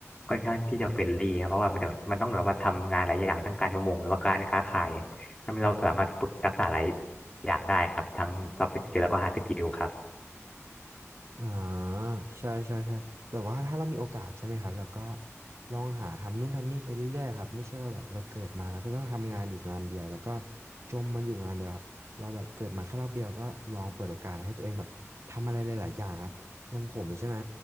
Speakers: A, on the left; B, on the right.
A: ค่อนข้างที่จะเฟรนลี่ครับเพราะว่ามันแบบมันต้องแบบว่าทำงานหลายอย่างทั้งการประมงหรือว่าการค้าขายทำให้เราสามารถฝึกทักษะหลายอย่างได้ครับทั้ง soft skill แล้วก็ hard skill ครับ
B: อ่าใช่ใช่ใช่แบบว่าถ้าเรามีโอกาสใช่ไหมครับแล้วก็ลองหาทำนู่นทำนี่ไปเรื่อยๆครับไม่ใช่ว่าแบบเราเกิดมาแล้วก็ต้องทำงานอยู่งานเดียวแล้วก็จมมันอยู่งานเดียวครับเราแบบเกิดมาแค่รอบเดียวก็ลองเปิดโอกาสให้ตัวเองแบบทำอะไรหลายๆอย่างครับอย่างผมใช่ไหม